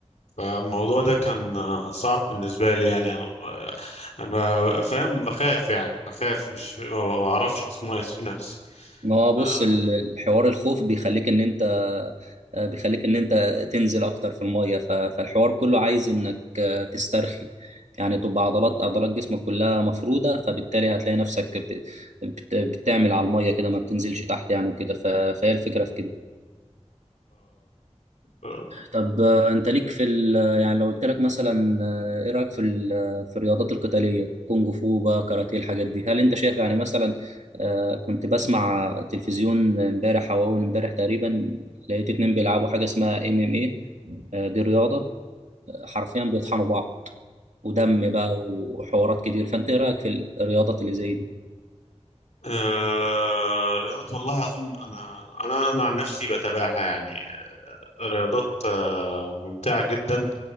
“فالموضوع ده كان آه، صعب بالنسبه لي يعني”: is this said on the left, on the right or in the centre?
Left